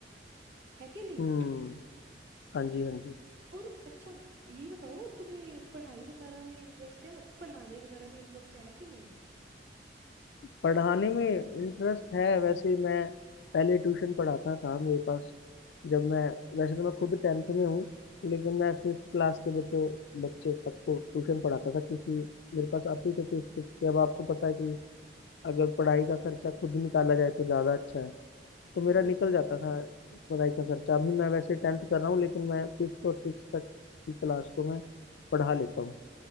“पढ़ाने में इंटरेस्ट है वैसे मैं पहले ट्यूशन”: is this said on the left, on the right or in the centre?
Left